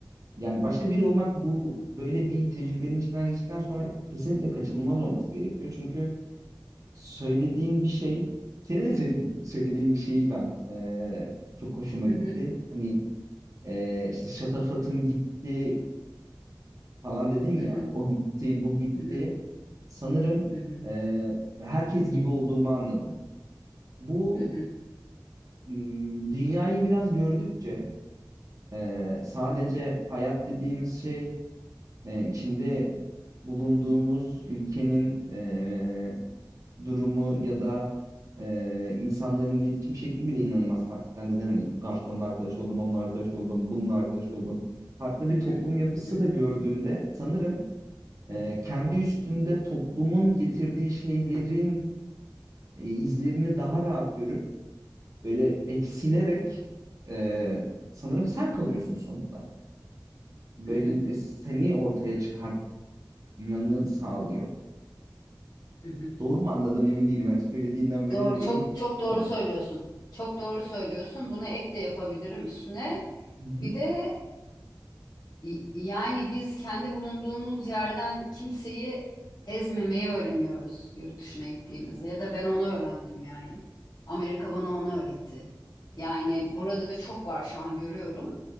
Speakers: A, on the right (about 45°); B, on the left (about 50°).
A: Yani başka biri olmak bu böyle bir tecrübenin içinden geçtikten sonra kesinlikle kaçınılmaz olması gerekiyor. Çünkü söylediğin bir şey, senin de senin söylediğin bir şeyi ben eee, çok hoşuma
B: Hı
A: gitti.
B: hı,
A: Hani eee, işte şatafatım gitti falan dedin ya,
B: hı hı,
A: o gitti, bu gitti.
B: hı hı,
A: Sanırım
B: hı hı,
A: eee, herkes gibi olduğumu anladım. Bu
B: hı hı,
A: m, dünyayı biraz gördükçe eee, sadece
B: hı hı,
A: hayat dediğimiz şey e, içinde bulunduğumuz ülkenin e, durumu ya da e, insanların iletişim şekli bile inanılmaz farklı. Sen dedin hani garsonla arkadaş oldum, onunla arkadaş oldum, bununla arkadaş oldum. Farklı
B: hı
A: bir
B: hı,
A: toplum yapısı
B: hı hı.
A: da gördüğünde sanırım
B: hı
A: e,
B: hı.
A: kendi üstünde toplumun getirdiği şeylerin e, izlerini daha rahat görüp böyle eksilerek e, sanırım sen kalıyorsun sonunda. Böylelikle
B: Hı hı,
A: seni ortaya çıkartmanı sağlıyor.
B: hı hı.
A: Doğru mu anladım emin değilim. Hani söylediğinden böyle
B: Doğru,
A: bir yorum
B: çok
A: yaptım
B: çok doğru
A: ama.
B: söylüyorsun. Çok doğru söylüyorsun. Buna ek de yapabilirim üstüne.
A: Hı hı.
B: Bir de y- yani biz kendi bulunduğumuz yerden kimseyi ezmemeyi öğreniyoruz yurt dışına gittiğimizde ya da ben onu öğrendim yani. Amerika bana onu öğretti. Yani burada da çok var şu an görüyorum.